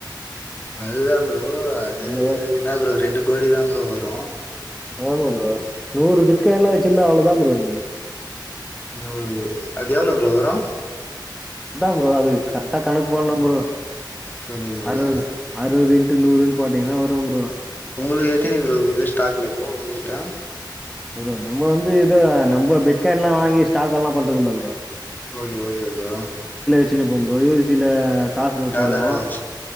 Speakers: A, on the left; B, in the centre.
A: அதுதா ப்ரோ அது
B: அந்ததா
A: என்னா ப்ரோ ரெண்டு கோடிதா ப்ரோ வரு
B: ஆமா ப்ரோ நூறு பிட்காயின்லா வெச்சிருந்தா அவ்ளோ தா ப்ரோ நீ
A: நூறு அது எவ்ள ப்ரோ வரு
B: இதா ப்ரோ அது கரெட்டா கணக்கு போடனு ப்ரோ
A: புரியுது ப்ரோ
B: அறுவது அறுவது இன்ட் டு நூறுன் போட்டிங்னா வரு ப்ரோ
A: உங்களுக்கு எத்தினி ப்ரோ இருக்குது ஸ்டாக்ல இப்போ உங்ககிட்ட
B: ஒரு அன் நம்ம வந்து ஏதோ நம்ப பிட்காயின் எல்லாம் வாங்கி ஸ்டாக் எல்லாம் பண்றது இல்ல ப்ரோ
A: ஓகே ஓகே ப்ரோ
B: சின்ன போகம் ப்ரோ யூ எஸ் டடில காசு
A: டாலரா
B: போடுவோம்
A: வச்சு